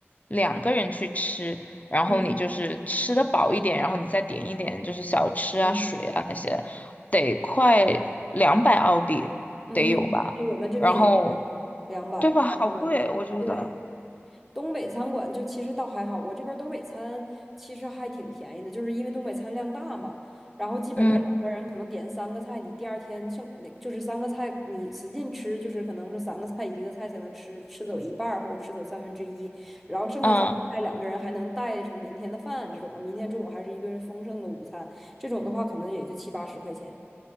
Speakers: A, on the left (about 35°); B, in the centre.
A: 两个人去吃，然后你就是吃得饱一点，
B: 嗯，
A: 然后你再点一点就是小吃啊、
B: 甜品啊，
A: 水啊那些，得快两百澳币得有吧？
B: 嗯，那我们这边也是两百，
A: 然后对吧？好贵，
B: 也是两百。
A: 我觉得。
B: 对，东北餐馆就其实倒还好，我这边儿东北餐其实还挺便宜的，就是因为东北餐量大嘛，然后基本上两个人可能点三个菜，
A: 嗯
B: 你第二天剩那就是三个菜，你使劲吃，就是可能是三个菜一个菜才能吃吃走一半儿或者吃走三分之一，然后剩下三个菜两个人还能带成明天的饭，
A: 嗯。
B: 这种明天中午还是一顿丰盛的午餐，这种的话可能也就七八十块钱。